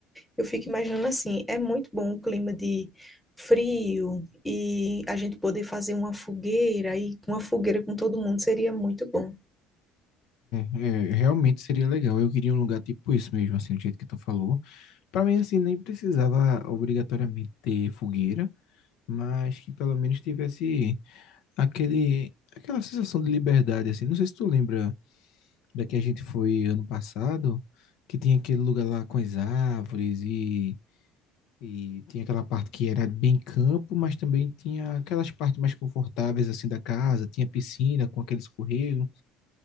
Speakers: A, in the centre; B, on the left (about 75°).
A: eu fico imaginando assim, é muito bom o clima de frio e a gente poder fazer uma fogueira e uma fogueira com todo mundo seria muito bom.
B: É, é, realmente seria legal. Eu queria um lugar tipo isso mesmo, assim, do jeito que tu falou. Para mim, assim, nem precisava obrigatoriamente ter fogueira, mas que pelo menos tivesse aquele, aquela sensação de liberdade, assim. Não sei se tu lembra. daqui a gente foi ano passado, que tinha aquele lugar lá com as árvores e, e tinha aquela parte que era bem campo, mas também tinha aquelas partes mais confortáveis assim da casa, tinha piscina com aquele escorrego,